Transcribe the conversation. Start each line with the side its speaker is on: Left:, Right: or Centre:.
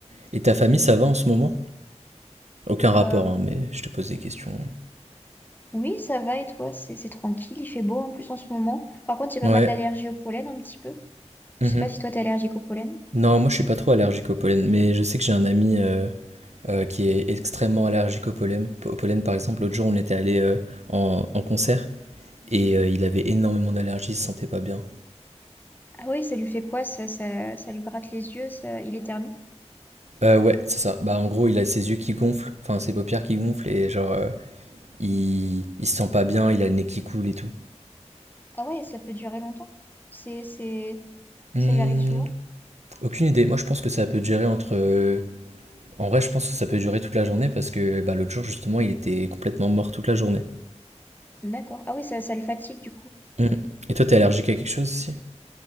Right: Et ta famille, ça va en ce moment? Aucun rapport,
Left: Euh,
Right: hein, mais je te pose des questions.
Left: oui, ça va. Et toi, c'est c'est tranquille. Il fait beau en plus en ce moment. Par contre, j'ai pas
Right: Ouais.
Left: mal d'allergie au pollen un petit peu. Je
Right: mhm.
Left: sais pas si toi, t'es allergique au pollen.
Right: Non, moi, je suis pas trop allergique au pollen, mais je sais que j'ai un ami euh, euh, qui est extrêmement allergique au pollen. Au pollen, par exemple, l'autre jour, on était allé euh, en, en concert et euh, il avait énormément d'allergies, il se sentait pas bien.
Left: Ah oui, ça lui fait quoi? Ça, ça, ça lui gratte les yeux, ça, il éternue.
Right: Euh, ouais, c'est ça. Bah, en gros, il a ses yeux qui gonflent, enfin ses paupières qui gonflent et genre, euh, il... il se sent pas bien, il a le nez qui coule et tout.
Left: Ah ouais, ça peut durer longtemps. C'est, c'est,
Right: Hmm,
Left: ça lui arrive souvent.
Right: aucune idée. Moi, je pense que ça peut durer entre. euh, En vrai, je pense que ça peut durer toute la journée parce que bah, l'autre jour, justement, il était complètement mort toute la journée.
Left: D'accord. Ah oui, ça, ça le fatigue du coup.
Right: Hmm. Et toi, t'es allergique à quelque chose aussi?